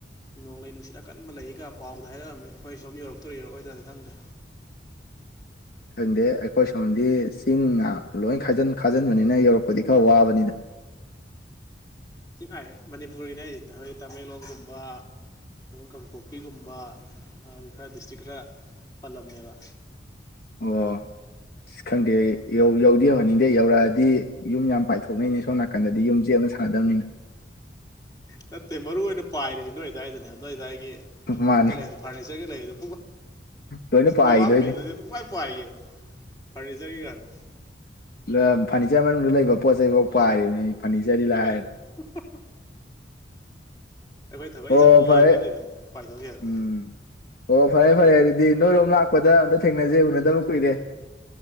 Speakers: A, on the left (about 20°); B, on the left (about 55°).
A: ꯅꯣꯡꯂꯩ ꯅꯨꯡꯁꯤꯠ ꯑꯀꯟꯕ ꯂꯩꯀ ꯄꯥꯎꯗ ꯍꯥꯏꯔꯛꯑꯝꯃꯦ ꯑꯩꯈꯣꯏ ꯁꯣꯝ ꯌꯧꯔꯛꯇ꯭ꯔ ꯌꯧꯔꯛꯑꯣꯏꯗ꯭ꯔꯥꯗꯤ ꯈꯪꯗꯦ
B: ꯈꯪꯗꯦ ꯑꯩꯈꯣꯏ ꯁꯣꯝꯗꯤ ꯆꯤꯡ ꯉꯥꯛ ꯂꯣꯏ ꯈꯥꯖꯤꯟ ꯈꯥꯖꯤꯟꯕꯅꯤꯅ ꯌꯧꯔꯛꯄꯗꯤ ꯈꯔ ꯋꯥꯕꯅꯤꯗ
A: <unintelligible> ꯃꯅꯤꯄꯨꯔꯒꯤꯅꯦ ꯍꯥꯏꯖꯦ ꯇꯃꯦꯡꯂꯣꯡ ꯒꯨꯝꯕ ꯀꯥꯡꯄꯣꯛꯄꯤ ꯒꯨꯝꯕ ꯑꯗꯨ ꯈꯔ ꯗꯤꯁꯇ꯭ꯔꯤꯛ ꯈꯔ ꯄꯜꯂꯝꯃꯦꯕ
B: ꯑꯣ ꯑꯁ ꯈꯪꯗꯦ ꯌꯧꯗꯤ ꯌꯧꯍꯟꯅꯤꯡꯗꯦ ꯌꯧꯔꯛꯑꯗꯤ ꯌꯨꯝ ꯌꯥꯝ ꯄꯥꯏꯊꯣꯛꯅꯩꯅꯦ ꯁꯣꯝ ꯅꯥꯀꯟꯗꯗꯤ ꯌꯨꯝ ꯆꯦꯛꯅ ꯁꯥꯟꯅꯗꯕꯅꯤꯅ
A: ꯅꯠꯇꯦ ꯃꯔꯨ ꯑꯣꯏꯅ ꯄꯥꯏꯔꯤꯁꯤ ꯅꯣꯏ ꯑꯗꯨꯋꯥꯏꯗꯅꯦ ꯅꯣꯏ ꯑꯗꯨꯗꯥꯋꯥꯏꯒꯤ ꯒꯤ ꯀꯩꯅꯣꯀ
B: ꯃꯥꯅꯦ
A: ꯂꯩꯕꯗꯣ ꯐꯥꯔꯅꯤꯆꯔꯒ ꯂꯩꯕꯗꯣ
B: ꯂꯣꯏꯅ ꯄꯥꯏꯈꯤꯗꯣꯏꯅꯦ
A: ꯃꯃꯥꯡꯒꯤ ꯗꯨꯗꯤ ꯄꯨꯄꯥꯏ ꯄꯥꯏꯒꯤꯕ ꯐꯔꯅꯤꯆꯔꯒꯤ ꯀꯗꯣ
B: ꯑ ꯐꯔꯅꯤꯆꯔ ꯃꯅꯨꯡꯗ ꯂꯩꯕ ꯄꯣꯠ ꯆꯩꯐꯥꯎ ꯄꯥꯏꯔꯤꯕꯅꯤ ꯐꯔꯅꯤꯆꯔꯗꯤ ꯂꯥꯏꯔꯗꯅ
A: ꯎꯍꯥꯍꯥ ꯑꯩꯈꯣꯏ ꯊꯋꯣꯏ
B: ꯑꯣ
A: ꯆꯠꯄꯤ
B: ꯐꯔꯦ
A: ꯌꯦꯡ ꯆꯠꯂꯤꯕꯅꯤ ꯄꯥꯏꯊꯣꯛꯈꯤꯗꯅ
B: ꯎꯝ ꯑꯣ ꯐꯔꯦ ꯐꯔꯦ ꯑꯗꯨꯗꯤ ꯅꯣꯏꯔꯣꯝ ꯂꯥꯛꯄꯗ ꯑꯝꯇ ꯊꯦꯡꯅꯖꯦ ꯎꯅꯗꯕ ꯀꯨꯏꯔꯦ